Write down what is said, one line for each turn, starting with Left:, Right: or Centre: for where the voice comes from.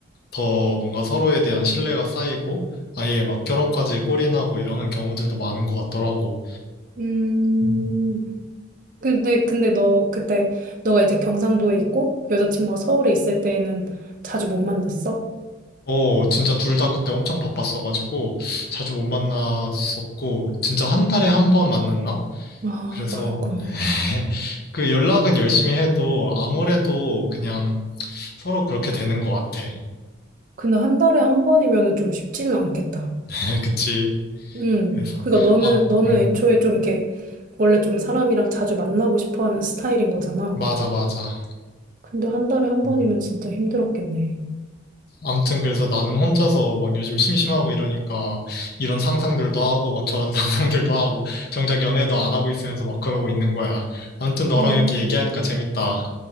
Left: 더 뭔가 서로에 대한 신뢰가 쌓이고 아예 막 결혼까지 골인하고 이러는 경우들도 많은 것 같더라고.
Right: 음,
Left: 음.
Right: 근데, 근데 너 그때, 너가 이제 경상도에 있고, 여자친구가 서울에 있을 때에는 자주 못 만났어?
Left: 어, 진짜 둘 다 그때 엄청 바빴어가지고 자주 못 만났었고 진짜 한 달에 한 번 만났나?
Right: 아,
Left: 그래서
Right: 그랬구나.
Left: <laughs> 그 연락은 열심히 해도 아무래도 그냥 서로 그렇게 되는 것 같아.
Right: 근데 한 달에 한 번이면은 좀 쉽지는 않겠다.
Left: <laughs> 그치?
Right: 응.
Left: 그래서
Right: 그러니까 너는,
Left: 아,
Right: 너는
Left: 음,
Right: 애초에 좀 이렇게, 원래 좀 사람이랑 자주 만나고 싶어 하는 스타일인 거잖아.
Left: 맞아, 맞아.
Right: 근데 한 달에 한 번이면
Left: 음.
Right: 진짜 힘들었겠네.
Left: 아무튼 그래서 나는 혼자서 막 요즘 심심하고 이러니까 이런 상상들도 하고 막 저런 <laughs> 상상들도 하고 정작 연애도 안 하고 있으면서 막 그러고 있는 거야. 아무튼 너랑
Right: 음,
Left: 이렇게 얘기하니까 재밌다.